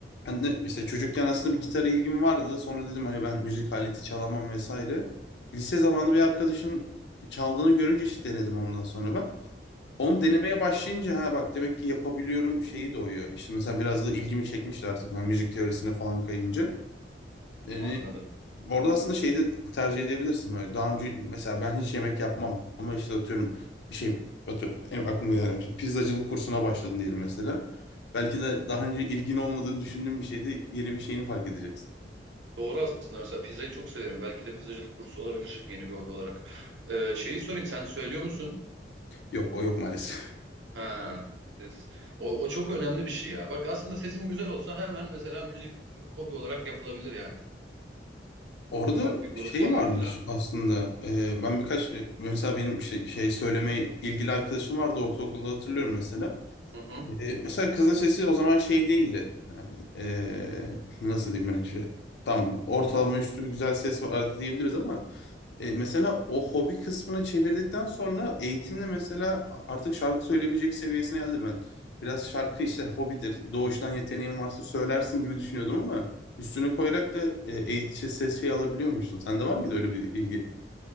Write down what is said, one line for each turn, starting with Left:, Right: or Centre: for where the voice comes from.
Left: ben de işte çocukken aslında bir gitara ilgim vardı. Sonra dedim hani ben müzik aleti çalamam vesaire. Lise zamanı bir arkadaşım çaldığını görünce işte denedim ondan sonra ben. Onu
Right: Hmm,
Left: denemeye başlayınca ha bak demek ki yapabiliyorum şeyi doğuyor. İşte mesela biraz da ilgimi çekmişti artık ben müzik teorisine falan kayınca. Yani
Right: anladım.
Left: Orada aslında şeyi de tercih edebilirsin. Böyle daha önce mesela ben hiç yemek yapmam ama işte atıyorum bir şey atıyorum en aklıma geldi. Pizzacılık kursuna başladın diyelim mesela. Belki de daha önce ilgin olmadığını düşündüğün bir şeyde yeni bir şeyini fark edeceksin.
Right: Doğru aslında mesela pizzayı çok severim. Belki de pizzacılık kursu olabilir yeni bir hobi olarak. E, şeyi sorayım sen söylüyor musun?
Left: Yok o yok maalesef. <laughs>
Right: Ha, ses. O, o çok önemli bir şey ya. Bak aslında sesim güzel olsa hemen mesela müzik hobi olarak yapılabilir yani.
Left: Orada
Right: Ufak bir grup
Left: şey
Right: falan
Left: varmış
Right: filan.
Left: aslında. Ee, ben birkaç e, mesela benim şey, şey söylemeye ilgili arkadaşım vardı ortaokulda hatırlıyorum mesela.
Right: Hı hı.
Left: E, mesela kızın sesi o zaman şey değildi. Yani e, nasıl diyeyim ben işte tam ortalama üstü bir güzel ses vardı diyebiliriz ama e, mesela o hobi kısmını çevirdikten sonra eğitimle mesela artık şarkı söyleyebilecek seviyesine geldi ben. Biraz şarkı işte hobidir. Doğuştan yeteneğin varsa söylersin gibi düşünüyordum ama üstüne koyarak da e, eğitici ses şey alabiliyormuşsun. Sende var mıydı öyle bir ilgi?